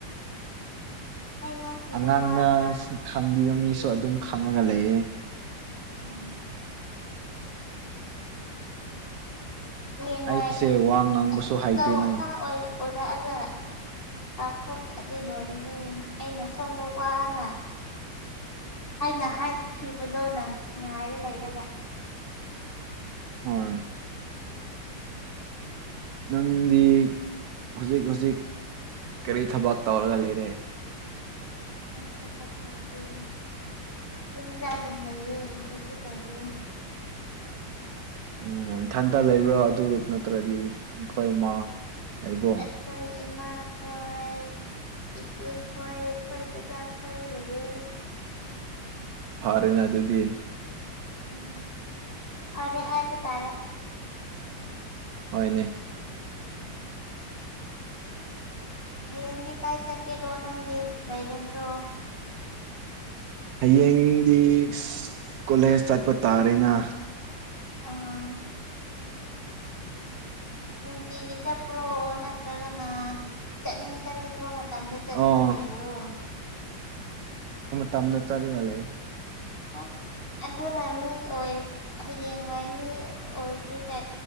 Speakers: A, on the left; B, on the right.
A: ꯎꯝ ꯍꯥꯏꯅꯈꯤꯕ
B: ꯑꯉꯥꯡꯅ
A: ꯋꯥ ꯉꯥꯡꯅꯔꯦ
B: ꯈꯪꯕꯤꯕ
A: ꯑꯗꯨꯗꯤ
B: ꯃꯤꯁꯨ ꯑꯗꯨꯝ ꯈꯪꯔꯒ ꯂꯩꯌꯦ
A: ꯎꯝ ꯍꯌꯦꯡꯋꯥꯏ
B: ꯑꯩꯁꯦ ꯋꯥ ꯉꯥꯡꯕꯁꯨ
A: ꯑꯆꯧ
B: ꯍꯩꯇꯦꯅꯦ
A: ꯑꯁꯥꯡ ꯑꯣꯏ ꯑꯣꯏꯔꯛꯑꯒ ꯀꯥꯎꯊꯣꯛꯑꯗꯤ ꯂꯣꯏꯔꯦꯍꯦ ꯑꯩꯅ ꯁꯣꯝꯗ ꯋꯥꯅ ꯑꯩꯅ ꯍꯥꯏꯈꯤꯕꯗꯣ ꯅꯪ ꯉꯥꯏꯔ ꯂꯩꯔꯒ
B: ꯍꯣꯏ ꯅꯪꯗꯤ ꯍꯧꯖꯤꯛ ꯍꯧꯖꯤꯛ ꯀꯔꯤ ꯊꯕꯛ ꯇꯧꯔꯒ ꯂꯩꯔꯦ
A: ꯑꯩ ꯊꯕꯛꯇꯧꯗꯦ ꯌꯨꯝꯗ ꯑꯗꯨꯝ ꯂꯩꯌꯦ ꯀꯩꯁꯨ ꯇꯧꯗꯦ
B: ꯎꯝ ꯏꯊꯟꯇ ꯂꯩꯕ꯭ꯔꯣ ꯑꯗꯨ ꯅꯠꯇ꯭ꯔꯗꯤ ꯅꯈꯣꯏ ꯃꯥ ꯂꯩꯕ꯭ꯔꯣ
A: ꯑꯩꯈꯣꯏ ꯏꯃꯥꯈꯣꯏ ꯏꯆꯦ ꯈꯣꯏ ꯑꯩꯈꯣꯏ ꯗꯥꯗꯥ ꯈꯣꯏ ꯂꯩꯌꯦ
B: ꯐꯥꯔꯦꯅꯦ ꯑꯗꯨꯗꯤ
A: ꯎꯝ ꯐꯔꯦ ꯍꯥꯏꯕ ꯇꯥꯔꯦ
B: ꯍꯣꯏꯅꯦ
A: <inaudible> ꯍꯌꯦꯡꯗꯤ ꯀꯥꯏ ꯆꯥꯠꯀꯦꯔꯣ ꯅꯪꯗꯤ ꯂꯩꯒꯗ꯭ꯔꯣ
B: ꯍꯥꯌꯦꯡꯗꯤ ꯀꯣꯂꯦꯖ ꯆꯠꯄ ꯇꯥꯔꯦꯅ
A: ꯑꯥ ꯅꯨꯡꯇꯤꯒꯤ ꯆꯠꯄ꯭ꯔꯣ ꯅꯠꯇ꯭ꯔꯒꯅ ꯆꯠꯅꯤꯡ ꯆꯠꯅꯤꯡꯕ ꯃꯇꯝꯗ ꯆꯠꯂꯒ
B: ꯑꯣ
A: ꯂꯩꯕ꯭ꯔꯣ
B: ꯇꯝꯗ ꯆꯠꯂꯒ ꯂꯩ
A: ꯍꯥꯎ ꯑꯗꯨꯅ ꯃꯤ ꯑꯣꯏ ꯍꯥꯌꯦꯡꯋꯥꯏ ꯃꯤ ꯑꯣꯏꯔꯒ